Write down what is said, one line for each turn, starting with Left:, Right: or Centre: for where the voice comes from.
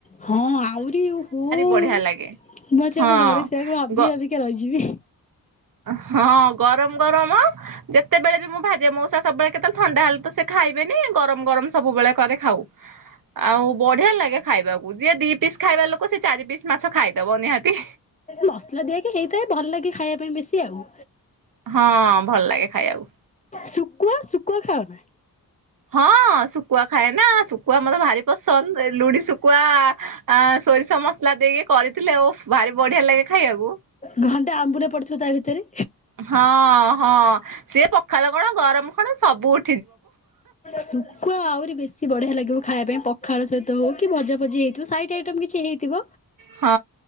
Left: ହଁ ଆଉରି ଓହୋ,
Right: ବଢିଆ
Left: ମୁଁ
Right: ଲାଗେ
Left: ଆଜି
Right: ହଁ
Left: ଆମ ଘରେ ସେୟାକୁ ଭାବି
Right: ଗ
Left: ଭାବି କା ରହିଯିବି।
Right: ହଁ ଗରମ ଗରମ ଯେତେବେଳେ ବି ମୁଁ ଭାଜେ ମଉସା ସବୁବେଳେ କେତେବେଳେ ଥଣ୍ଡା ହେଲେ ତ ସେ ଖାଇବେନି। ଗରମ ଗରମ ସବୁବେଳେ କରେ ଖାଉ। ଆଉ ବଢିଆ ଲାଗେ ଖାଇବାକୁ। ଯିଏ ଦି ପିସ୍ ଖାଇବା ଲୋକ ସେ ଚାରି ପିସ୍ ମାଛ ଖାଇଦବ ନିହାତି।
Left: ମସଲା ଦିଆହେଇକି ହେଇଥାଏ ଭଲ ଲାଗେ ଖାଇବା ପାଇଁ ବେଶୀ ଆଉ।
Right: ହଁ ଭଲ ଲାଗେ ଖାଇବାକୁ।
Left: ଶୁକୁଆ ଶୁକୁୁଆ ଖାଅ ନା?
Right: ହଁ ଶୁକୁଆ ଖାଏ ନା, ଶୁକୁଆ ମୋର ଭାରି ପସନ୍ଦ। ରେ ଲୁଣି ଶୁକୁଆ ଆ, ସୋରିଷ ମସଲା ଦେଇକି କରିଥିଲେ ଓଃ ଭାରି ବଢିଆ ଲାଗେ ଖାଇବାକୁ।
Left: ଭଣ୍ଡେ ଆମ୍ବୁଲ ପଡ଼ିଥିବ ତା ଭିତରେ।
Right: ହଁ, ହଁ ସିଏ ପଖାଳ କଣ ଗରମ କଣ ସବୁ ଉ
Left: ଶୁଖୁଆ ଆହୁରି ବେଶି ବଢିଆ ଲାଗିବ ଖାଇବା ପାଇଁ ପଖାଳ ସହିତ ହଉ କି ଭଜା ଭଜି ହେଇଥିବ ସାଇଟ ଆଇଟମ୍ କିଛି ହେଇଥିବ।
Right: ହଁ।